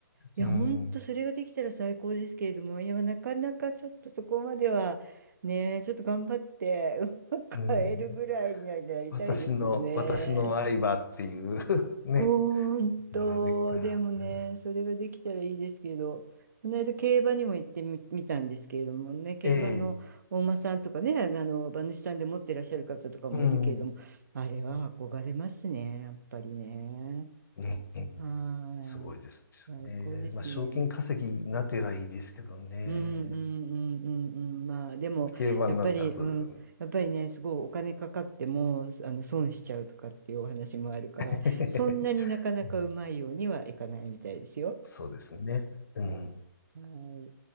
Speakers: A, on the right; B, on the left.
A: いや、
B: うん。
A: ほんとそれができたら最高ですけれども、いや、なかなかちょっとそこまでは、ね、ちょっと頑張って、うまく会えるぐらいになりたいですね。
B: うん。私の、私の相場っていう <laughs> ね、
A: ほんと、
B: ができたら、
A: でもね、
B: うん
A: それができたらいいですけど、この間競馬にも行ってみ、見たんですけれどもね、競馬の大間さんとかね、
B: ええ、
A: あの、馬主さんで持ってらっしゃる方とかもいるけれども、
B: うん、
A: あれは憧れますね、やっぱりね。
B: うんうん
A: はーい。
B: すごいですよね。
A: 最高ですね。
B: まあ、賞金稼ぎになってりいいですけどね。
A: うんうんうんうんうん。まあでも、
B: 競馬になったらそうですけどね。
A: やっぱり、うん、やっぱりね、すごいお金かかっても、あの、損しちゃうとかっていうお話もあるから、
B: <laughs>
A: そんなになかなかうまいようにはいかないみたいですよ。
B: うんそうですね。うん
A: うんはい。